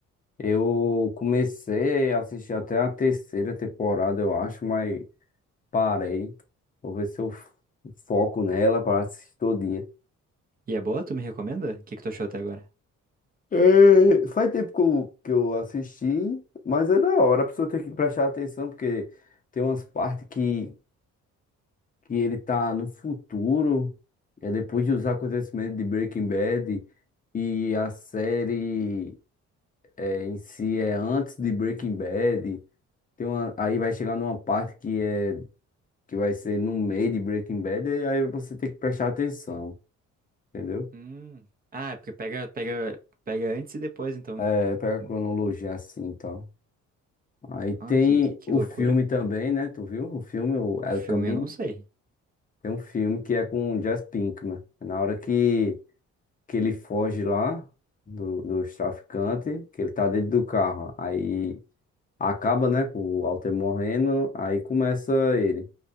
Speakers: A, on the left (about 25°); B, on the right (about 30°).
A: eu comecei a assistir até a terceira temporada, eu acho, mas Parei. Vou ver se eu f- foco nela para assistir todo dia.
B: E é boa? Tu me recomenda? O que que tu achou até agora?
A: É, faz tempo que eu, que eu assisti, mas é da hora. A pessoa tem que prestar atenção, porque tem umas partes que, que ele tá no futuro, é depois de os acontecimentos de Breaking Bad, e a série é, em si é antes de Breaking Bad. Tem uma, aí vai chegar numa parte que é que vai ser no meio de Breaking Bad, e aí você tem que prestar atenção, entendeu?
B: Hum. Ah, é porque pega, pega, pega antes e depois, então.
A: É, pega a
B: Hum.
A: cronologia assim, então. Aí tem
B: Ah, que, que
A: o
B: loucura.
A: filme também, né? Tu viu? O filme, o El
B: O filme
A: Camino.
B: eu não sei.
A: Tem um filme que é com o Jesse Pinkman. É Na hora que, que ele foge lá do, dos traficantes, que ele tá dentro do carro. Aí acaba, né, com o Walter morrendo, aí começa ele.